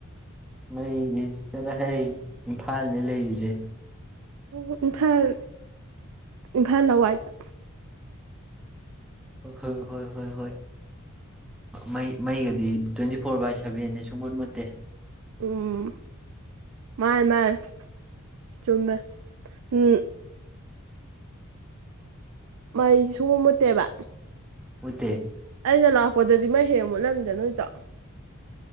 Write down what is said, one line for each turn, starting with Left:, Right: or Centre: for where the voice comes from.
Centre: ꯃꯩꯅꯤ ꯆꯔꯍꯩ ꯏꯝꯐꯥꯜꯅꯦ ꯂꯩꯔꯤꯁꯦ
Right: ꯎ ꯏꯝꯐꯥꯜ ꯏꯝꯐꯥꯜ ꯂꯋꯥꯏꯗ
Centre: ꯍꯣꯏ ꯍꯣꯏ ꯍꯣꯏ ꯍꯣꯏ ꯍꯣꯏ ꯃꯩ ꯃꯩꯒꯗꯤ ꯇ꯭ꯋꯦꯟꯇꯤ ꯐꯣꯔ ꯕꯥꯏ ꯁꯚꯦꯟꯅꯤ ꯁꯨꯡ ꯃꯨꯠ ꯃꯨꯠꯇꯦ
Right: ꯎꯝ ꯃꯥꯟꯅ‌‌ꯦ ꯃꯥꯟꯅ‌ꯦ ꯆꯨꯝꯃꯦ ꯎꯝ ꯃꯩꯁꯤ ꯁꯨꯃꯨꯠ ꯃꯨꯠꯇꯦꯕ
Centre: ꯃꯨꯠ
Right: ꯑꯩꯅ ꯂꯥꯛꯄꯗꯗꯤ ꯃꯩ ꯍꯦꯛ ꯃꯨꯠꯂꯝꯃꯤꯗ ꯅꯣꯏꯗꯣ